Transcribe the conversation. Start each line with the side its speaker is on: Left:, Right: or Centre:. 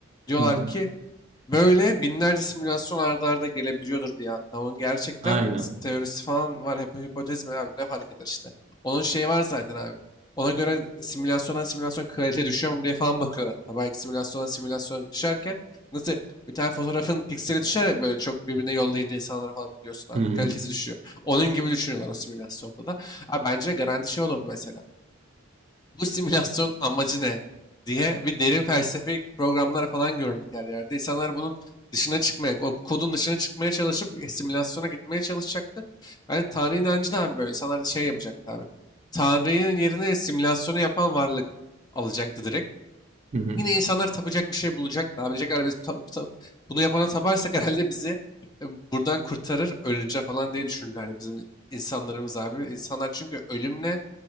Left: Diyorlar
Right: hı hı,
Left: ki böyle binlerce simülasyon arda arda gelebiliyordur diye hatta. Onun gerçekten
Right: aynen.
Left: s- teorisi falan var. Hep hipotez mi abi ne fark eder işte. Onun şeyi var zaten abi. Ona göre simülasyondan simülasyon kalite düşüyor mu diye falan bakıyor hatta. Belki simülasyondan simülasyon düşerken nasıl bir tane fotoğrafın pikseli düşer ya böyle çok birbirine yollayınca insanlara falan biliyorsun abi.
Right: Hı hı,
Left: Kalitesi düşüyor. Onun gibi düşünüyorlar o simülasyonda da. Abi bence garanti şey olurdu mesela bu simülasyon amacı ne diye bir derin felsefik programlar falan gördük her yerde. İnsanlar bunun dışına çıkmaya, o kodun dışına çıkmaya çalışıp e, simülasyona gitmeye çalışacaktı. Yani Tanrı inancı da abi böyle. İnsanlar da şey yapacaktı abi. Tanrı'nın yerine simülasyonu yapan varlık alacaktı direkt.
Right: hı hı,
Left: Yine insanlar tapacak bir şey bulacaktı. Abi diyecekler biz tap- tap- bunu yapana taparsak herhalde bizi e, buradan kurtarır ölünce falan diye düşünürlerdi bizim insanlarımız abi. İnsanlar çünkü ölümle